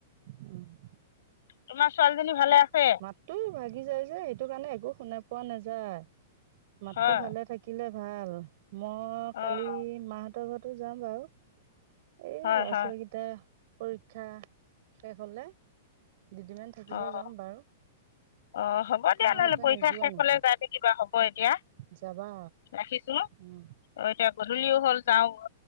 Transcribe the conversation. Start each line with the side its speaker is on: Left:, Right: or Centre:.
Right: উম
Left: তোমা ছোৱালীজনী ভালে আছে
Right: মাতটো ভাগি যাই যে সেইটো কাৰণে একো শুনা পোৱা নাযায়। মাততো
Left: হয়
Right: ভালে থাকিলে ভাল মই
Left: অ',
Right: কালি মাহঁতৰ ঘৰত। তো যাম বাৰু। এই
Left: হয়
Right: ল'ৰা- ছোৱালীকেইটা
Left: হয়
Right: পৰীক্ষা শেষ হ'লে। দুদিনমান থাকিব
Left: অ',
Right: যাম বাৰু।
Left: অ হ'ব
Right: তোমালোকে
Left: দিয়া নহ'লে পৰীক্ষা
Right: নোযোৱা
Left: শেষ
Right: নেকি
Left: হ'লে যাই থাকিবা হ'ব এতিয়া।
Right: যাবা
Left: ৰাখিছোঁ
Right: অঁ
Left: এতিয়া গধূলিও হ'ল যাওঁ